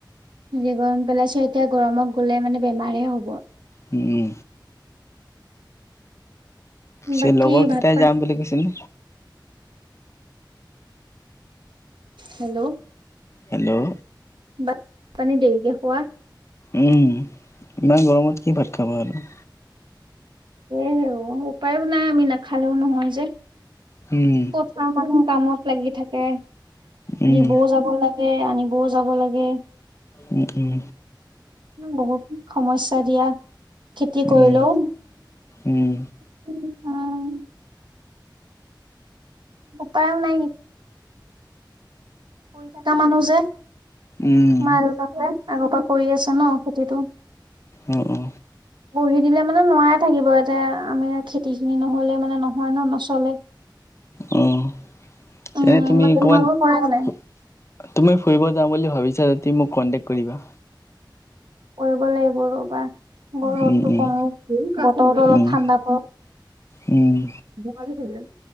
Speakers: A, on the right; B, on the left.
A: যি গৰম পেলাইছে এতিয়া গৰমত গলে মানে বেমাৰে হব।
B: উম, সেন
A: বাকী
B: লগৰ
A: ভাত
B: কেইটাই
A: পানী
B: যাম বুলি কৈছিল।
A: হেল্ল',
B: হেল্ল',
A: ভাত পানী দেৰিকে খোৱা?
B: উ, ইমান গৰমত কি ভাত খাব আৰু।
A: এই উপায়ো নাই আমি নাখালেও নহয় যে।
B: উম,
A: চব মানুহ কামত লাগি থাকে
B: উম,
A: দিবও যাব লাগ এ আনিবও যাব লাগে।
B: উম-উম।
A: বহুত সমস্যা দিয়া খেতি
B: উম,
A: কৰিলেও।
B: উম, উম,
A: অ', উপাইও নাই। কৰি থাকা মানুহ যে
B: উম,
A: মা দেউতা হতে আগৰ পৰা কৰি আছে ন খেতিটো।
B: অ', অ',
A: পঢ়ি দিলে মানে নোৱা এ থাকিব এতে আমি খেতি খিনি নহলে মানে নহয় ন নচলে।
B: উম,
A: উম
B: তেন্তে তুমি
A: বাকী তোমালোকৰ
B: ক'ৰবাত,
A: কৰা নাই
B: ফু তুমি ফুৰিব যাওঁ বুলি ভাবিছা যদি মোক কণ্টেক্ট কৰি দিবা?
A: কৰিব লাগিব ৰ'বা! ব ৰ'দটো
B: উম, উম,
A: কমক বতৰটো অলপ
B: উম,
A: ঠাণ্ডা পক
B: উম।
A: ধেমালি হয় যায়।